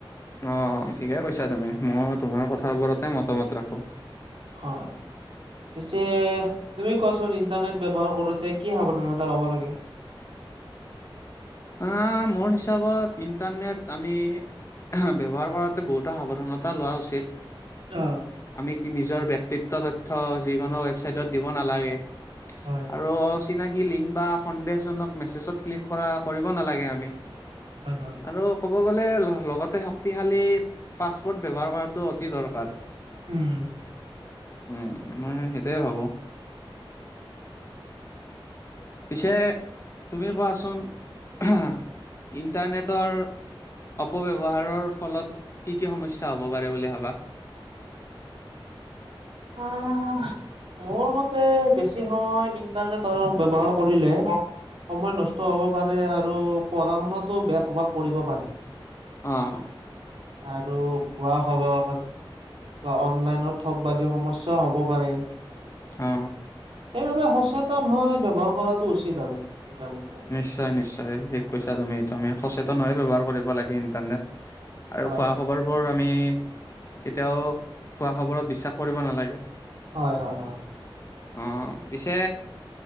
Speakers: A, on the left (about 35°); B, on the right (about 85°).
A: অ' ঠিকে কৈছা তুমি ময়ো তোমাৰ কথাবোৰতে মতামত ৰাখোঁ।
B: হয়। পিছে তুমি কোৱাচোন ইণ্টাৰনেট ব্যৱহাৰ কৰোঁতে কি সাৱধানতা ল'ব লাগে
A: অ' মোৰ হিচাপত ইন্টাৰনেট আমি ব্যৱহাৰ কৰাত বহুতো সাৱধানতা লোৱা উচিত।
B: <unintelligible>
A: আমি নিজৰ ব্যক্তিত্ব তথ্য যিকোনো ৱেবচাইটত দিব নালাগে
B: হয়,
A: আৰু অচিনাকি লিংক বা সন্দেহজনক মেছেজত ক্লিক কৰা কৰিব নালাগে আমি।
B: হয়-হয়।
A: আৰু ক'ব গ'লে লগতে শক্তিশালী পাছপোৰ্ট ব্যৱহাৰ কৰাটো অতি দৰকাৰ।
B: উম
A: উম
B: ঠিকে
A: মই
B: কৈছা।
A: সেইটোৱেই ভাবোঁ। পিছে তুমি কোৱাচোন <unintelligible> ইণ্টাৰনেটৰ অপব্যৱহাৰৰ ফলত কি-কি সমস্যা হ'ব পাৰে বুলি ভাবা? <unintelligible>
B: আহ মোৰ মতে বেছি সময় ইন্টাৰনেট ব্যৱহাৰ কৰিলে সময় নষ্ট হ'ব পাৰে আৰু পঢ়া-শুনাতো বেয়া প্ৰভাৱ পৰিব পাৰে।
A: অ'
B: আৰু ভুৱা খবৰ বা অনলাইনত ঠক বাজি সমস্যাও হ'ব পাৰে।
A: অ
B: সেইবাবে সচেতন হয় ব্যৱহাৰ কৰাটো উচিত আৰু।
A: নিশ্চয়-নিশ্চয় ঠিক কৈছা তুমি এইটো আমি সচেতন হৈয়ে ব্যৱহাৰ কৰিব লাগে ইণ্টাৰনেট। আৰু
B: হয়
A: ভুৱা
B: হয়
A: খবৰবোৰ আমি কেতিয়াও ভুৱা খবৰত বিশ্বাস কৰিব নালাগে।
B: হয় হয় হয়
A: অ পিছে